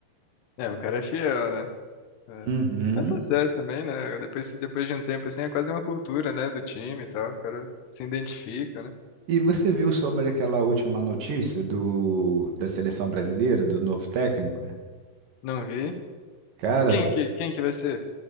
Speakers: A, on the left; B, on the right.
A: É, o cara é fiel, né? É.
B: Uhum.
A: Mas tá certo também, né? Depois, se- depois de um tempo, assim, é quase uma cultura, né? Do time e tal. O cara se identifica, né?
B: E você viu sobre aquela última notícia do da seleção brasileira, do novo técnico?
A: Não vi.
B: Cara,
A: Quem que, quem que vai ser?